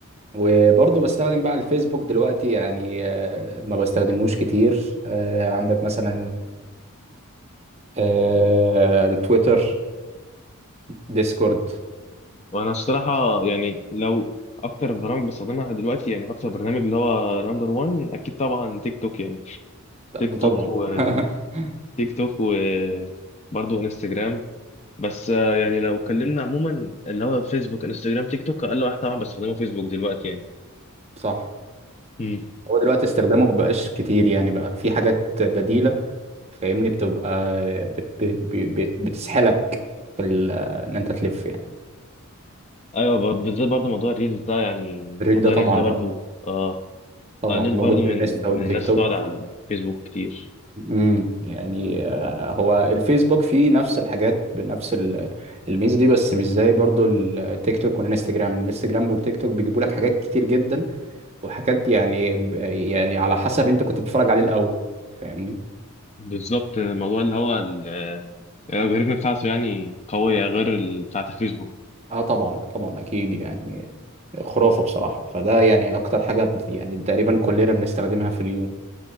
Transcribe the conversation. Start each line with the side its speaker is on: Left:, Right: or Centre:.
Right: وبرضو بستخدم بقى الفيسبوك دلوقتي يعني آه، ما بستخدمهوش كتير آه، عندك مثلا آه، التويتر ديسكورد
Left: وانا الصراحه يعني لو اكتر برامج بستخدمها دلوقتي يعني اكتر برنامج اللي هو نمبر 1 اكيد طبعا تيك توك يعني
Right: ده
Left: تيك
Right: ده
Left: توك
Right: طبعا
Left: وتيك
Right: <laughs>
Left: توك وبرضه انستجرام بس آه، يعني لو اتكلمنا عموما اللي هو فيسبوك انستجرام تيك توك اقل واحد طبعا بستخدمه فيسبوك دلوقتي
Right: صح
Left: يعني
Right: هو دلوقتي استخدامه مبقاش كتير يعني بقى في حاجات بديلة فاهمني بتبقى بت بت بت بتسحلك في ال- ان انت تلف يعني
Left: ايوه ب- بالذات برضه موضوع الريلز ده يعني
Right: الريل
Left: موضوع
Right: ده طبعا
Left: الريلز ده برضه
Right: اه
Left: اه
Right: طبعا
Left: قلل
Right: موجود
Left: برضه
Right: في
Left: من
Right: الانستا والتيك
Left: من الناس
Right: توك
Left: بتقعد على الفيسبوك كتير
Right: امم يعني آه، هو الفيسبوك فيه نفس الحاجات بنفس ال- الميزة دي بس مش زي برضو التيك توك والانستجرام الانستجرام والتيك توك بيجيبوا لك حاجات كتير جدا وحاجات يعني يعني على حسب انت كنت بتتفرج عليه الاول فاهمني
Left: بالظبط الموضوع اللي هو ال- آه، الالجوريثم بتاعته يعني قوية غير ال- بتاعة الفيسبوك
Right: اه طبعا طبعا اكيد يعني خرافه بصراحه فده يعني اكتر حاجه بن- يعني تقريبا كلنا بنستخدمها في اليوم